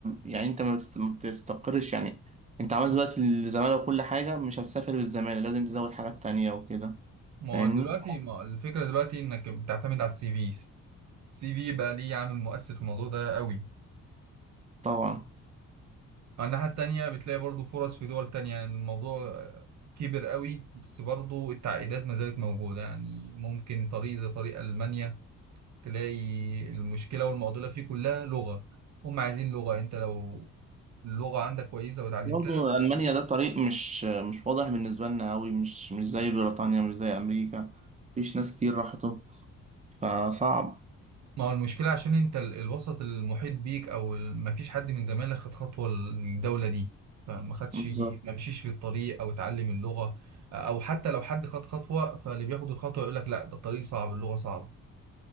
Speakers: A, on the right (about 25°); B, on the right (about 65°).
A: يعني انت ما بتست- ما بتستقرش يعني انت عملت دلوقتي الزمالة وكل حاجة مش هتسافر بالزمالة لازم تزود حاجات تانية وكده
B: ما
A: فاهمني
B: هو دلوقتي ما هو الفكرة دلوقتي انك بتعتمد على السي في السي في بقى ليه عامل مؤثر في الموضوع ده قوي
A: طبعا
B: على الناحية التانية بتلاقي برضو فرص في دول تانية يعني الموضوع آه، كبر قوي بس برضو التعقيدات ما زالت موجودة يعني ممكن طريق زي طريق ألمانيا تلاقي المشكلة والمعضلة فيه كلها لغة هم عايزين لغة انت لو اللغة عندك كويسة وتعلمتها
A: برضه ألمانيا ده طريق مش مش واضح بالنسبة لنا أوي مش مش زي بريطانيا مش زي أمريكا مفيش ناس كتير راحته فصعب
B: ما هو المشكلة عشان انت ال- الوسط المحيط بيك او ال- ما فيش حد من زمايلك خد خطوة الدولة دي فما خدش
A: بالظبط
B: ما مشيش في الطريق او اتعلم اللغة او حتى لو حد خد خطوة فاللي بياخد الخطوة يقول لك لا ده الطريق صعب اللغة صعب